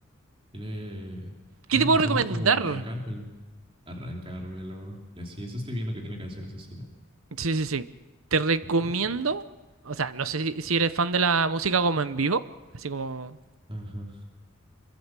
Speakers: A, on the right; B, on the right.
A: Tiene, tiene
B: ¿Qué te
A: canciones
B: puedo recomendar?
A: como Arrancármelo. arrancármelo y así. Eso estoy viendo que tiene canciones así. ¿no?
B: Sí, sí, sí. Te recomiendo,
A: Ok, ok.
B: o sea, no sé si, si eres fan de la música como en vivo, así como...
A: Ajá.